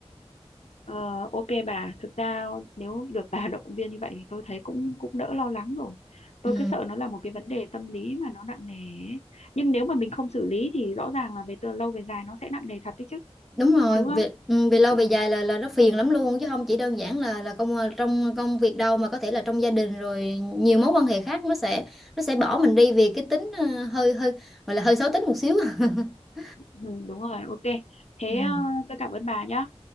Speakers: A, on the left (about 80°); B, in the centre.
A: Ờ, ok bà, thực ra nếu được bà <laughs> động viên như vậy thì tôi thấy cũng cũng đỡ lo lắng rồi. Tôi
B: ừ.
A: cứ sợ nó là một cái vấn đề tâm lý mà nó nặng nề ấy. Nhưng nếu mà mình không xử lý thì rõ ràng là về từ lâu về dài nó sẽ nặng nề thật đấy chứ,
B: đúng rồi
A: đúng
B: về
A: không?
B: ừ, về lâu
A: Ừ,
B: về dài là là nó phiền lắm luôn chứ không chỉ đơn giản là là công ờ, trong công việc đâu mà có thể là trong gia đình rồi nhiều mối quan hệ khác nó sẽ nó sẽ bỏ mình đi vì cái tính ờ, hơi hơi gọi là hơi xấu tính một xíu <laughs>
A: ừ, đúng rồi, ok. Thế
B: ừ.
A: ờ, tôi cảm ơn bà nhá.